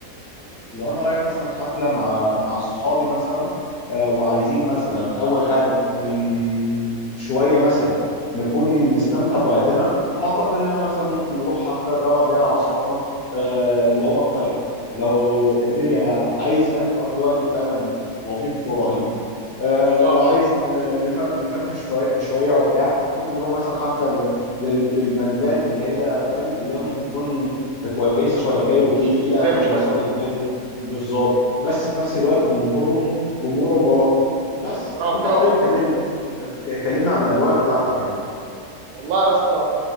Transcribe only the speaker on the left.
لو انا رايح مثلا حفله مع مع اصحابي مثلا آه، وعايزين مثلا اول حاجه ن- شويه مثلا نكون نستمتع بوقتنا فاعتقد ان احنا مثلا ممكن نروح حفله نروق بيها اعصابنا آه، لعمر خيرت لو الدنيا عايز
فاهم تقضي وقت فعلا لطيف ورهيب آه،
لو عايز آه، نفر- نفرفش شويه شويه وبتاع ممكن نروح مثلا حفله لل- لل- للبندات اللي هي فاهم اللي هي ممكن تكون كويسه شويه كايروكي
الى اخره
مسار
اجباري بالظبط بس في نفس الوقت جمهورهم جمهورهم راقي بس
انت طيب
كلم كلمنا عن الاجواء بتاعتك يعني